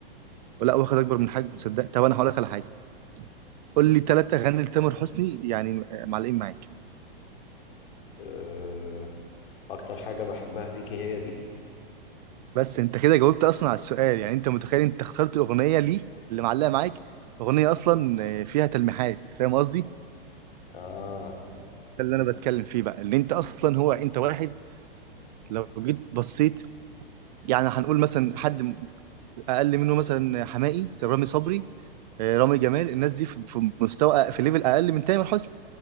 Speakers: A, on the right; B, on the left.
A: ولا واخد اكبر من حجمه تصدق طب انا هقول لك على حاجه قول لي ثلاث اغاني لتامر حسني يعني معلقين معاك
B: أه... اكتر حاجة بحبها فيكي هي دي
A: بس انت كده جاوبت اصلا على السؤال يعني انت متخيل انت اخترت اغنيه ليه اللي معلقه معاك اغنيه اصلا فيها تلميحات فاهم قصدي
B: اه
A: ده اللي انا بتكلم فيه بقى اللي انت اصلا هو انت واحد لو جيت بصيت يعني هنقول مثلا حد اقل منه مثلا حماقي رامي صبري آه، رامي جمال الناس دي في في مستوى في ليفل اقل من تامر حسني